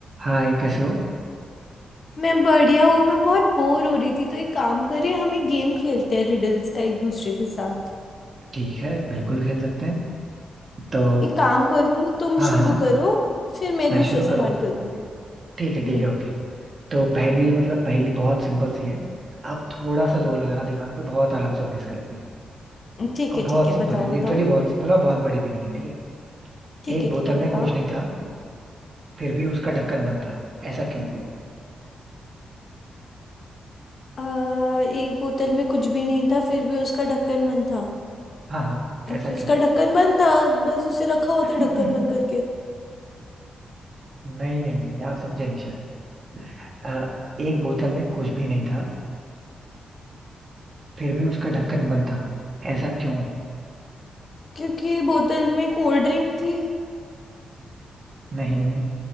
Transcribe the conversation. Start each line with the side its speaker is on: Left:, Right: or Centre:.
Right: हाय कैसे हो
Left: मैं बढ़िया हूँ मैं बहुत बोर हो रही थी तो एक काम करें हम एक गेम खेलते हैं रिडल्स का एक दूसरे के साथ
Right: ठीक है बिल्कुल खेल सकते हैं तो
Left: एक काम करो तुम
Right: हाँ
Left: शुरू
Right: हाँ
Left: करो फिर मैं
Right: मैं
Left: दूसरा
Right: शुरू
Left: सवाल
Right: करूँ
Left: करूंगी
Right: ठीक है ठीक
Left: हम्म
Right: है ओके तो पहली मतलब पहली बहुत सिंपल सी है आप थोड़ा सा जोर लगाना दिमाग पे बहुत आराम से अभ्यास कर लोगे
Left: ठीक
Right: अब
Left: है
Right: बहुत
Left: ठीक है
Right: सिंपल
Left: बताओ
Right: है लिटरली
Left: बताओ
Right: बहुत सिंपल है और बहुत बड़ी भी नहीं है ठीक है
Left: ठीक
Right: एक
Left: है
Right: बोतल
Left: ठीक है बताओ
Right: में कुछ नहीं था फिर भी उसका ढक्कन बंद था ऐसा क्यों
Left: आ, एक बोतल में कुछ भी नहीं था फिर भी उसका ढक्कन बंद था
Right: हाँ हाँ
Left: क्योंकि
Right: ऐसा
Left: उसका
Right: क्यों
Left: ढक्कन बंद था बस उसे रखा हुआ
Right: <laughs>
Left: था ढक्कन बंद करके
Right: नहीं नहीं नहीं, नहीं आप समझे नहीं शायद अ, एक बोतल में कुछ भी नहीं था फिर भी उसका ढक्कन बंद था ऐसा क्यों
Left: क्योंकि बोतल में कोल्ड ड्रिंक थी
Right: नहीं